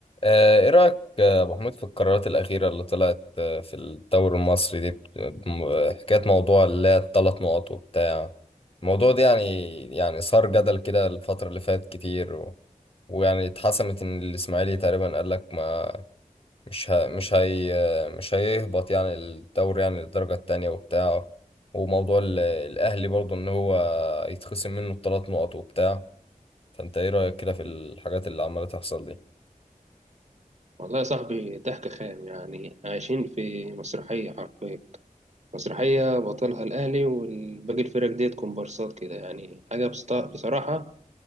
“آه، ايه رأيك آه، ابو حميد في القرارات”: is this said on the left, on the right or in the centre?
Left